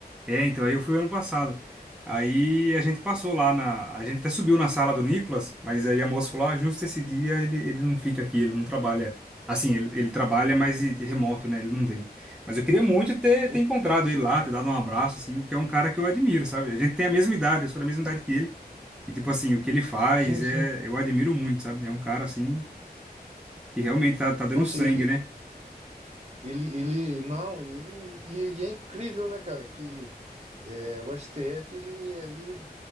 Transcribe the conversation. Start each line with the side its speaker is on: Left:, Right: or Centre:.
Centre: É, então, aí eu fui ano passado. Aí a gente passou lá na. A gente até subiu na sala do Nicolas, mas aí a moça falou: ah, justo esse dia ele, ele não fica aqui, ele não trabalha. Assim, ele, ele trabalha, mas de de remoto, né? Ele não vem. Mas eu queria muito ter,
Right: Sim,
Centre: ter encontrado ele lá, ter dado um abraço, assim, porque é um cara que eu admiro, sabe? A gente tem a mesma idade, eu sou da mesma idade que ele. E, tipo assim, o que ele faz
Right: sim,
Centre: é.
Right: sim.
Centre: Eu admiro muito, sabe? É um cara, assim, que realmente tá, tá dando
Right: Nossa,
Centre: sangue,
Right: ele,
Centre: né?
Right: ele, ele, não, ele, e, e é incrível, né, cara, que é, o STF, ele, ele